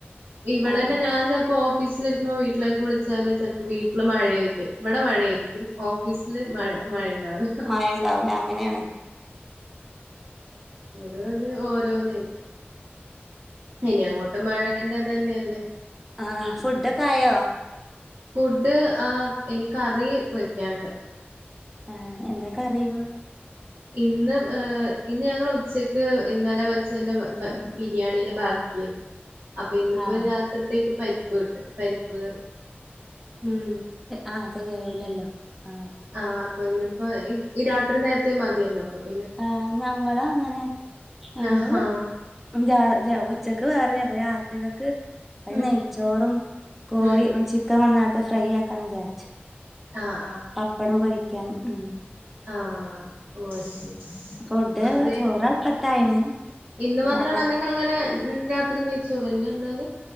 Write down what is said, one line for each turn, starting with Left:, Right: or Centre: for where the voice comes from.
Right: ഇവിടെന്നെ
Centre: ആഹ്
Right: ഞാൻ ചെലപ്പോ ഓ ഫീസിലിരിക്കുമ്പോ വീട്ടിലേക്ക് വിളിച്ചാല് ചെലപ്പോ വീട്ടില് മഴയായിരിക്കും ഇവിടെ മഴയായിരിക്കും ഓഫീസില് മഴ മഴ ഉണ്ടാവൂല ഹ്
Centre: മഴണ്ടാവൂല അങ്ങനേണ്
Right: ഇത് ത് ഓരോന്നേയിരിക്കും ഇനി അങ്ങോട്ട് മഴേന്റെ ഇതെന്നെഅല്ലേ
Centre: ആ ഫുഡൊക്കായോ
Right: ഫുഡ് ആ എനിക്കറി വെക്കാണ്ട്
Centre: ഏ എന്താ കറി
Right: ആഹ് ഇന്ന് ഇന്ന് ഞങ്ങൾ ഉച്ചക്ക് ഇന്നലെ വെച്ചെന്റെ ബ ബ ബിരിയാണിന്റെ ബാക്കി അപ്പൊ ഇന്നിപ്പോ
Centre: ആഹ്
Right: രാത്രിത്തേക്ക് പരിപ്പ് കിട്ടും പരിപ്പ് കറി മ്
Centre: ആ കെ കെയീല്ലല്ലോ ആ
Right: ആ പ്പൊ ഇന്നിപ്പോ ഈ രാത്രി നേരത്ത് മതിയല്ലോ പം
Centre: ആ ഞങ്ങളു അങ്ങനെ ഞങ്ങള്
Right: ആഹാ
Centre: മ് രാ ര ഉച്ചക്ക് വേറെയ് അപ്പൊ രാത്രികക്ക് അത്
Right: ഉം
Centre: നെയ്ച്ചോറും കോഴി
Right: ഉം
Centre: ചിക്കൻ കൊന്നാട്ട് ഫ്രൈ ആക്കാന്ന് വിചാരിച്ചു
Right: ആഹ്
Centre: പപ്പടം പൊരിക്കാൻ മ്
Right: ആ ഓ ശെ
Centre: ഫുഡ്
Right: അതെ
Centre: ചോറ് അടുപ്പത്തായിണ്
Right: മ് ഇന്ന്
Centre: ഇനി
Right: മാത്രൊള്ളല്ലൊ
Centre: അല്ലാ
Right: ഇങ്ങി അങ്ങനെ മ് രാത്രി നെയ്ച്ചോർന്നെയാള്ളൊൽ